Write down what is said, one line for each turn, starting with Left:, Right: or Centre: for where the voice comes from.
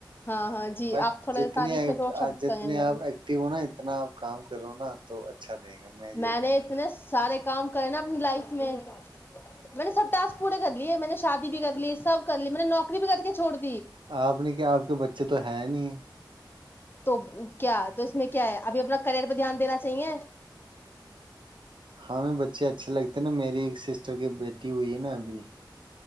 Left: ہاں ہاں جی
Right: بٹ
Left: آپ تھوڑا
Right: جتنی
Left: تعریف میں دو شبد
Right: جتنی
Left: کہیں ہمارے
Right: آپ ایکٹیو ہو نا اتنا آپ کام کرو نا تو اچھا رہے گا یہ
Left: میں
Right: کہنا
Left: نے اتنے
Right: چاہتا
Left: سارے کام نا اپنی لائف میں میں نے سب ٹسک پورے کر لی ہے میں نے شادی بھی کر لی سب کر لی میں نے نوکری بھی کر کے چھوڑ د
Right: آپ نے کیا آپ کے بچے تو ہے نہیں <inaudible>
Left: تو کیا تو اس میں کیا ہے ابھی اپنا کرئر پہ دھیان دینا چاہیے
Right: ہمیں بچے اچھے لگتے نا میری ایک سسٹر کی بیٹی ہوئی ہے نا ابھی